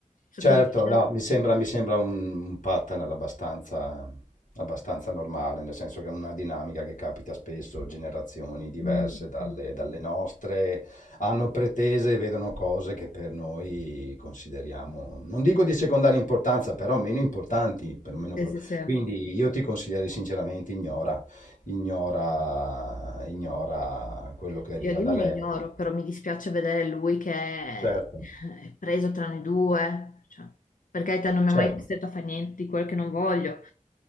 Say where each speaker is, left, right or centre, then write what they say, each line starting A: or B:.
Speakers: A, on the left; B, on the left.
A: secondo
B: Certo,
A: te?
B: no, mi sembra, mi sembra un, un pattern abbastanza, abbastanza normale, nel senso che è una dinamica che capita spesso, generazioni diverse
A: Mm,
B: dalle,
A: mm.
B: dalle nostre hanno pretese e vedono cose che per noi consideriamo, non dico di secondaria importanza, però meno importanti, perlomeno
A: Sì,
B: quello.
A: sì, sì.
B: Quindi io ti consiglierei sinceramente ignora, ignora, ignora quello che
A: Sì,
B: arriva
A: io di
B: da
A: mio
B: lei.
A: ignoro, però mi dispiace vedere lui che è
B: Certo,
A: è preso tra noi due, cioè, per carità non mi
B: certo.
A: ha mai costretto a fare niente di quello che non voglio,